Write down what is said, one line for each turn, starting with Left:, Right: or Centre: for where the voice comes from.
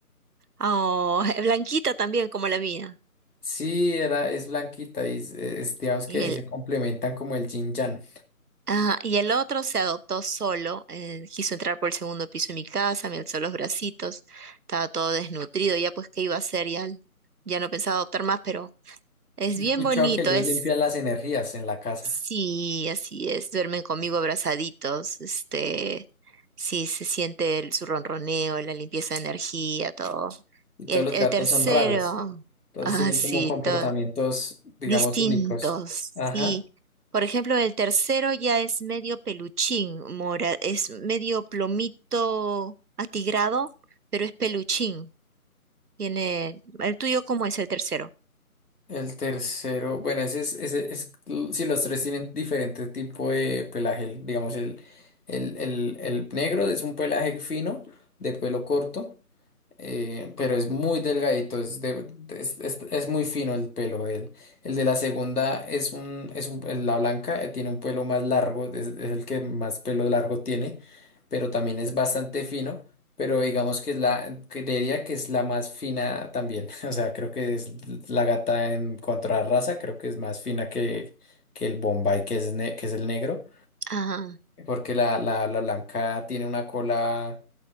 Right: Oh, <laughs> blanquita también, como la mía.
Left: Sí, era, es blanquita y es, e, es- digamos
Right: Y
Left: que
Right: el,
Left: se complementan como el yin yang.
Right: ajá, y el otro se adoptó solo. eh, quiso entrar por el segundo piso de mi casa, me alzó los bracitos, estaba todo desnutrido. Ya pues, ¿qué iba a hacer? Ya, ya no pensaba adoptar más, pero es
Left: He
Right: bien
Left: escuchado
Right: bonito.
Left: que ellos
Right: Es,
Left: limpian las energías en la casa
Right: Sí, así es, duermen conmigo abrazaditos, este, sí, se siente el, su ronroneo, la limpieza de energía, todo.
Left: y todos
Right: El,
Left: los
Right: el
Left: gatos
Right: tercero,
Left: son raros, todos
Right: ah,
Left: tienen
Right: sí,
Left: como comportamientos,
Right: todo,
Left: digamos,
Right: distintos,
Left: únicos. Ajá.
Right: sí. Por ejemplo, el tercero ya es medio peluchín, mora, es medio plomito atigrado, pero es peluchín. Tiene, ¿el tuyo cómo es el tercero?
Left: El tercero, bueno, ese es, ese es, si los tres tienen diferente tipo de pelaje, el- digamos, el, el, el, el negro es un pelaje fino, de pelo corto, eh, pero es muy delgadito, es, de- es, es- es muy fino el pelo de él. El de la segunda es un, es un- la blanca eh, tiene un pelo más largo, es, es el que más pelo largo tiene, pero también es bastante fino, pero digamos que es la, creería que es la más fina también, <laughs> o sea, creo que es la gata en cuanto a raza, creo que es más fina que, que el Bombay, que es, ne- que es el negro
Right: Ah,
Left: porque la, la, la blanca tiene una cola